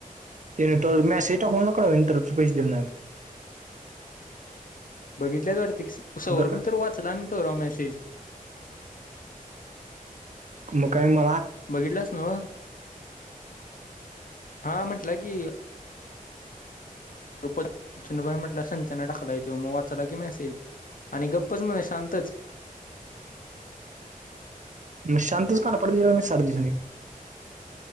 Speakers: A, on the right; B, on the left.
A: ते त मॅसेज टाकुन <unintelligible> का तर तू पैसे दिल नाही.
B: बघितल्याच वाटतं सौरभ
A: आता काय
B: तर वाचला आणि तर मॅसेज
A: मग काय म
B: बघितलंस नव्ह हा म्हटलं की म्हट संचना टाकला तो मग वाचाला की मॅसेज आणि गप्पच म्हणे शांतच
A: मग शांतच कानफाड द्यायची साठ दिवसानी